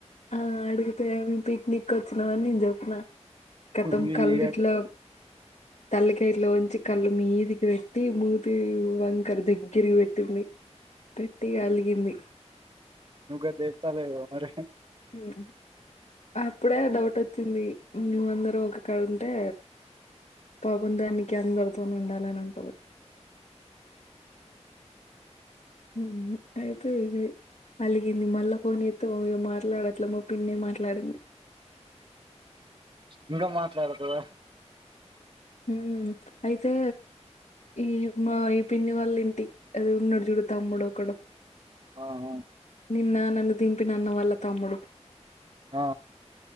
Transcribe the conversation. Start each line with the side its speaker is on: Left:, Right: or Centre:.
Left: ఆ అడిగితే మేమ్ పిక్నిక్ వచ్చిన అని నేను జెప్పిన ఖతం
Right: నీ
Left: కళ్ళు
Right: ఇక
Left: ఇట్ల తలకాయ ఇట్ల ఉంచి కళ్ళు మీదికి పెట్టి మూతి వంకర దగ్గరికి పెట్టింది పెట్టి అలిగింది
Right: నువ్వుగ చెప్తాలేవా మరి
Left: ఉమ్ అప్పుడే డౌట్ వచ్చింది మేము అందరం ఒకకాడ ఉంటే పాపం దానికి అందరితోని ఉండాలని ఉంటది ఉ అయితే అలిగింది మళ్ళ ఫోన్ చేత్తో మాట్లాడట్లేమో పిన్నే మాట్లాడింది
Right: ఇంగా మాట్లాడుతుద
Left: హు అయితే ఈ మా ఈ పిన్ని వాళ్ళ ఇంటికి అది ఉన్నడు జూడు తమ్ముడు ఒక్కడ
Right: ఆహా
Left: నిన్న నన్ను దింపినన్న వాళ్ళ తమ్ముడు
Right: ఆ